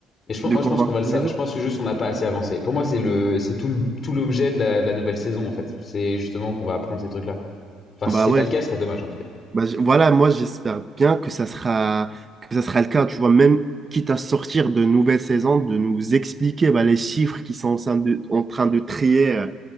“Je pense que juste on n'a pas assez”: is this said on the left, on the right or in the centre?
Left